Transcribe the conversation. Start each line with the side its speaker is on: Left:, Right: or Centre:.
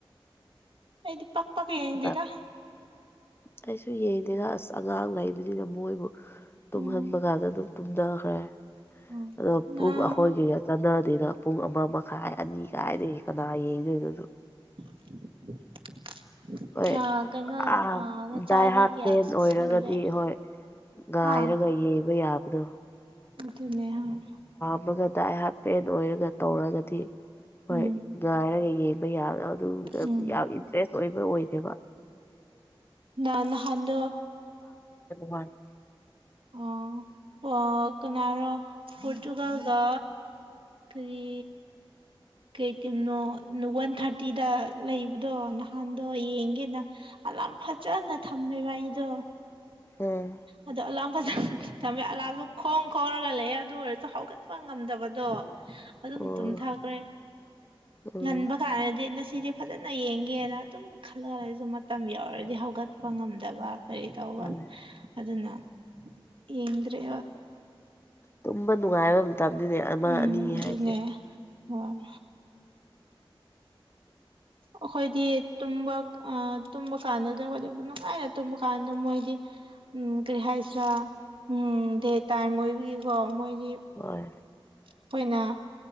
Right: ꯑꯩꯗꯤ ꯄꯛ ꯄꯛ ꯌꯦꯡꯗꯦꯗ
Left: ꯕꯠ ꯑꯩꯁꯨ ꯌꯦꯡꯗꯦꯗ ꯑꯁ ꯑꯉꯥꯡ ꯂꯩꯕꯅꯤꯅ ꯃꯣꯏꯕꯨ ꯇꯨꯝꯍꯟꯕ
Right: ꯎꯝ
Left: ꯀꯥꯟꯗ ꯑꯗꯨꯝ ꯇꯨꯝꯗꯈ꯭ꯔꯦ
Right: ꯎꯝ
Left: ꯑꯗꯣ ꯄꯨꯡ
Right: ꯅꯪ
Left: ꯑꯩꯈꯣꯏꯒꯤ ꯅꯀꯟꯗ ꯑꯗꯨꯅ ꯄꯨꯡ ꯑꯃ ꯃꯈꯥꯏ ꯑꯅꯤ ꯀꯥꯏꯗꯒꯤ ꯀꯅꯥ ꯌꯦꯡꯗꯣꯏꯅꯣ ꯗꯨ
Right: <inaudible>
Left: ꯍꯣꯏ
Right: ꯑ ꯀꯩꯅꯣ
Left: ꯑꯥ
Right: ꯑ ꯅꯆꯥꯗꯤ
Left: ꯗꯥꯏ ꯍꯥꯔꯠ
Right: ꯀꯌꯥ
Left: ꯐꯦꯟ
Right: ꯁꯨ
Left: ꯑꯣꯏꯔꯒꯗꯤ
Right: ꯁꯨꯔꯒꯦ
Left: ꯍꯣꯏ ꯉꯥꯏꯔꯒ
Right: ꯍꯥ
Left: ꯌꯦꯡꯕ ꯌꯥꯕꯗꯣ
Right: ꯑꯗꯨꯅꯦ ꯍꯥꯏ
Left: ꯑꯃꯒ ꯗꯥꯏ ꯍꯥꯞꯄꯦꯟ ꯑꯣꯏꯔꯒ ꯇꯧꯔꯒꯗꯤ ꯍꯣꯏ
Right: ꯎꯝ
Left: ꯉꯥꯏꯔꯒ ꯌꯦꯡꯕ ꯌꯥꯕꯅꯑ ꯑꯗꯨꯗ
Right: ꯎꯝ
Left: ꯌꯥꯝ ꯏꯟꯇꯔꯦꯁ ꯑꯣꯏꯕ ꯑꯣꯏꯗꯦꯕ
Right: ꯃ ꯅꯍꯥꯟꯗꯣ
Left: ꯋꯥꯟ
Right: ꯑ ꯑ ꯀꯅꯥꯔ ꯄꯣꯔꯇꯨꯒꯜꯒ ꯀꯔꯤ ꯀꯩꯇꯤꯝꯅꯣ ꯋꯥꯟ ꯊꯥꯔꯇꯤꯗ ꯂꯩꯕꯗꯣ ꯅꯍꯥꯟꯗꯣ ꯌꯦꯡꯒꯦꯅ ꯑꯂꯥꯝ ꯐꯖꯅ ꯊꯝꯃꯦꯕ ꯑꯩꯗꯣ
Left: ꯎꯝ
Right: ꯑꯗꯣ ꯑꯂꯥꯝ ꯐꯖꯅ ꯊꯝꯃꯦ ꯑꯂꯥꯝꯗꯣ ꯈꯣꯡ ꯈꯣꯡꯔꯒ ꯂꯩꯑꯦ ꯑꯗꯨ ꯑꯣꯏꯔꯁꯨ ꯍꯧꯒꯠꯄ ꯉꯝꯗꯕꯗꯣ ꯑꯗꯨꯝ
Left: ꯑꯣ
Right: ꯇꯨꯝꯊꯈ꯭ꯔꯦ
Left: ꯎꯝ
Right: ꯉꯟꯕ ꯀꯥꯟꯗꯗꯤ ꯉꯁꯤꯗꯤ ꯐꯖꯅ ꯌꯦꯡꯒꯦꯅ ꯑꯗꯨꯝ ꯈꯜꯂ <unintelligible> ꯃꯇꯝ ꯌꯧꯔꯗꯤ ꯍꯧꯒꯠꯄ ꯉꯝꯗꯕ ꯀꯔꯤ <unintelligible>
Left: ꯍꯣꯏ
Right: ꯑꯗꯨꯅ ꯌꯦꯡꯗ꯭ꯔꯦꯕ
Left: ꯇꯨꯝꯕ ꯅꯨꯡꯉꯥꯏꯕ ꯃꯇꯝꯗꯨꯅꯦ ꯑꯃ
Right: ꯎꯝ
Left: ꯑꯅꯤ
Right: ꯑꯗꯨꯅꯦ
Left: ꯍꯥꯏꯁꯦ
Right: ꯍꯣꯏ
Left: <inaudible>
Right: ꯑꯈꯣꯏꯗꯤ ꯇꯨꯝꯕ ꯇꯨꯝꯕ ꯀꯥꯟꯗꯨꯗ ꯑꯩꯈꯣꯏꯗꯤ ꯅꯨꯡꯉꯥꯏꯅ ꯇꯨꯝꯕ ꯀꯥꯟꯗ ꯃꯣꯏꯗꯤ ꯎꯝ ꯀꯔꯤ ꯍꯥꯏꯁꯤꯔ ꯎꯝ ꯗꯦ ꯇꯥꯏꯝ ꯑꯣꯏꯕꯒꯤ ꯀꫭ
Left: ꯍꯣꯏ
Right: ꯑꯈꯣꯏꯅ